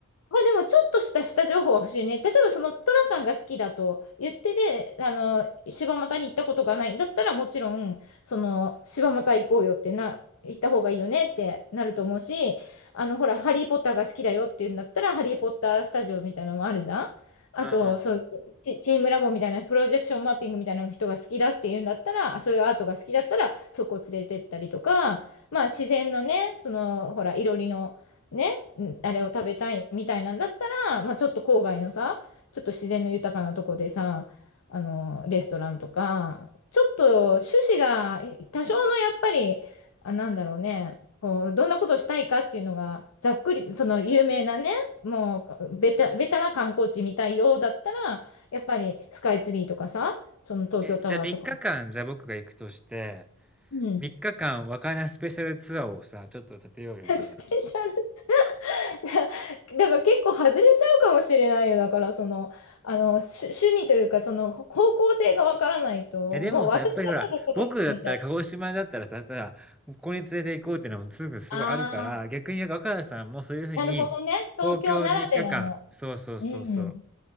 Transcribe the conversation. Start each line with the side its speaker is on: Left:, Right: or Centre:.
Left: まあ、でもちょっとした下情報は欲しいね。例えばそのトラさんが好きだと言ってで、あの、柴又に行ったことがないんだったらもちろん、その、柴又行こうよってな、行った方がいいよねってなると思うし、あの、ほら、ハリー・ポッターが好きだよって言うんだったら、ハリー・ポッタースタジオみたいなのもあるじゃん。あと、
Centre: うんうん。
Left: そういうチ、チームラボみたいな、プロジェクションマッピングみたいな人が好きだって言うんだったら、あそういうアートが好きだったら、そこ連れてったりとか、まあ自然のね、その、ほら、いろりの、ねんあれを食べたいみたいなんだったら、まあ、ちょっと郊外のさ、ちょっと自然の豊かなとこでさ、あの、レストランとか、ちょっと趣旨がえ多少のやっぱり、あ、なんだろうね、こう、どんなことしたいかっていうのが、ざっくり、その有名なね、もうベタ、ベタな観光地みたいようだったら、やっぱりスカイツリーとかさ、その東京タワーとか。
Centre: え、じゃあ3日間、じゃあ僕が行くとして、
Left: うん。
Centre: 3日間和歌山スペシャルツアーをさ、ちょっと立てようよ、
Left: <laughs> スペシャル
Centre: 今から。
Left: <laughs> だから結構外れちゃうかもしれないよ。だからその、あの、し趣味というか、その方向性がわからないと、
Centre: いや、でもさ、
Left: もう私がただただ決めちゃう。
Centre: やっぱりほら、僕だったら、鹿児島だったらさ、ただ、ここに連れて行こうっていうのもすぐすごいあるから、
Left: ああ、
Centre: 逆に若菜さんもそういうふうに、
Left: なるほどね。東京ならではの。
Centre: 東京3日間、そうそうそうそう。
Left: うん。